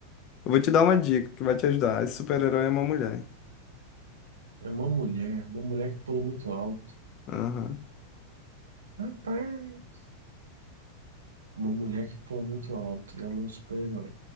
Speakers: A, on the left; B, on the right.
A: Eu vou te dar uma dica que vai te ajudar. Esse super-herói é uma mulher.
B: É uma mulher, uma mulher que pula muito alto.
A: Aham.
B: Rapaz! Uma mulher que pula muito alto e ela é um super-herói.